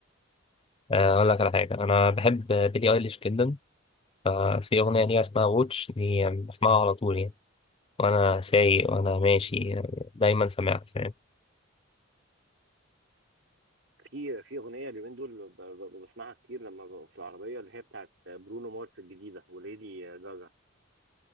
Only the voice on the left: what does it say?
آه، أقول لك على حاجة أنا بحب بيلي أيليش جدا ففي أغنية ليها اسمها ووتش دي بسمعها على طول يعني وأنا سايق وأنا ماشي يعني دايما سامعها فاهم؟